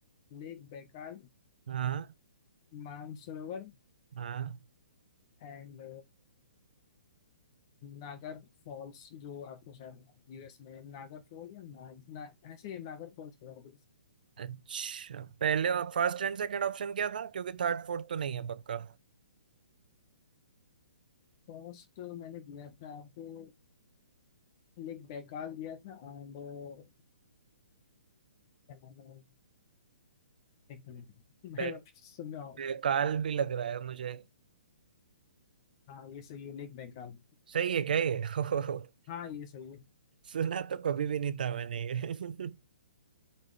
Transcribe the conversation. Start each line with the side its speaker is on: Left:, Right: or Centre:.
Left: Lake Baikal
Right: हाँ
Left: Mansarovar
Right: हाँ
Left: And Niagara Falls जो आपको शायद यूएस में नागर फॉल या ना, ना ऐसे नागर फॉल्स वगैरह।
Right: अच्छा पहले फर्स्ट एंड सेकंड ऑप्शन क्या था क्योंकि थर्ड फोर्थ तो नहीं है पक्का
Left: फर्स्ट मैंने दिया था आपको लेक बैकाल दिया था एंड क्या नाम है एक मिनट, मैं
Right: बैक
Left: सुन रहा हूँ
Right: ये काल भी लग रहा है मुझे
Left: हाँ ये सही है लेक बैकाल
Right: सही है क्या ये <laughs>
Left: हाँ ये सही है
Right: सुना तो कभी भी नहीं था मैंने ये <laughs>